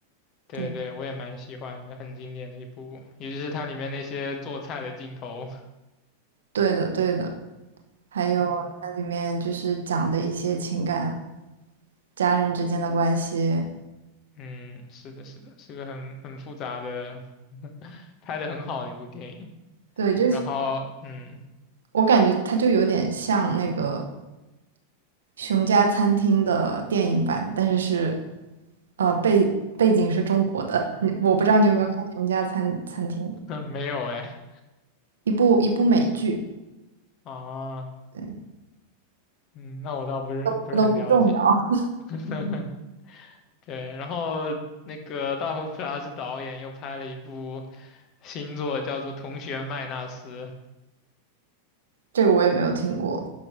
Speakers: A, on the left; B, on the right.
A: 对对，
B: 对，
A: 我也蛮喜欢的，很经典的一部，尤其是它里面那些做菜的镜头。
B: 对的，对的。还有它里面就是讲的一些情感、
A: 嗯
B: 家人之间的关系，
A: 嗯，是的，是的，是个很很复杂的，<laughs> 拍的很好的一部电影。
B: 对，就是。
A: 然后嗯
B: 我感觉它就有点像那个《熊家餐厅》的电影版，但是是呃背背景是中国的。你我不知道你有没有看《熊家餐餐厅》，
A: 嗯，<laughs> 没有哎
B: 一部一部美剧，
A: 啊，
B: 对，
A: 嗯，那我倒不是不是很了解。
B: 都都不重要。
A: <laughs> 对，然后那个大佛普拉斯导演又拍了一部新作，叫做《同学麦纳斯》，
B: 这个我也没有听过。